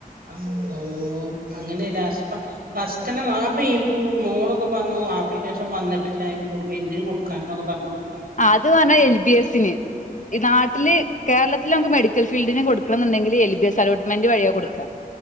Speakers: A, on the right; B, on the left.
A: അള്ളോ അങ്ങനെ ലാസ്റ്റ്പ്പ ഫസ്റ്റന്നെ അപ്പൊ ഈ മ് മോളൊക്കെ പറഞ്ഞു ആപ്ലിക്കേഷൻ വന്നിട്ടില്ല എങ് കൊടു എന്തിന് കൊടുക്കാൻ എന്നൊക്കെ പറഞ്ഞോണ്ട് നി <unintelligible>
B: ആ അത്റഞ്ഞാ എൽ ബി എസിന് ഈ നാട്ടില് കേരളത്തില് മ്മക്ക് മെഡിക്- ക്കൽ ഫീൽഡിന് കൊടുക്കണന്നുണ്ടെങ്കിൽ എൽ ബി എസ് അലോട്ട്മെന്റ് വഴിയ കൊടുക്ക